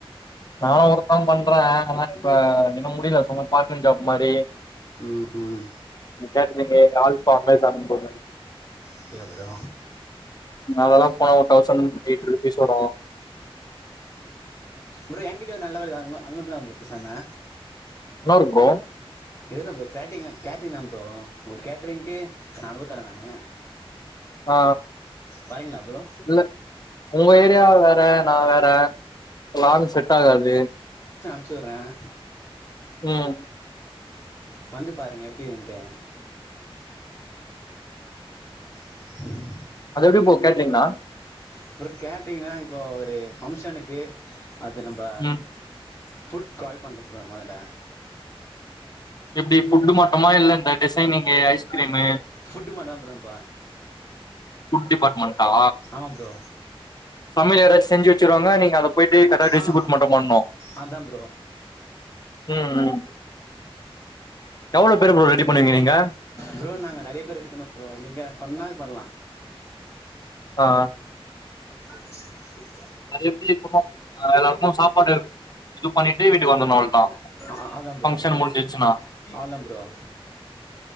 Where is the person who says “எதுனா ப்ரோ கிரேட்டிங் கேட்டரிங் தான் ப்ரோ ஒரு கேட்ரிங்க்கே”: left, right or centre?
Left